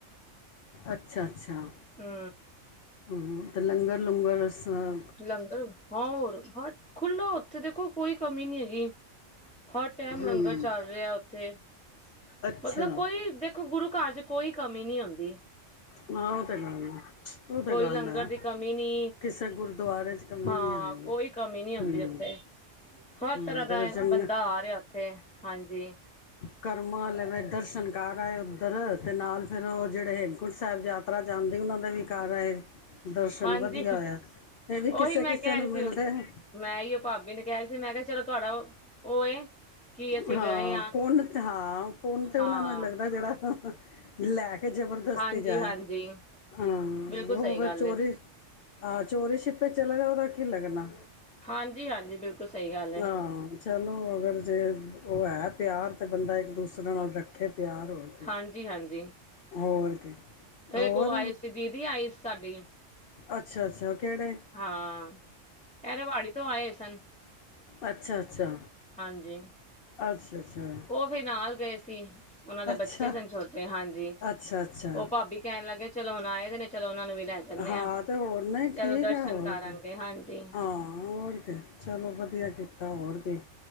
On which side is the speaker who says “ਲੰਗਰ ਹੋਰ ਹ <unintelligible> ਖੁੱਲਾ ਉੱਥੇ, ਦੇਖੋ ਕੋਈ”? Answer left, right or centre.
Centre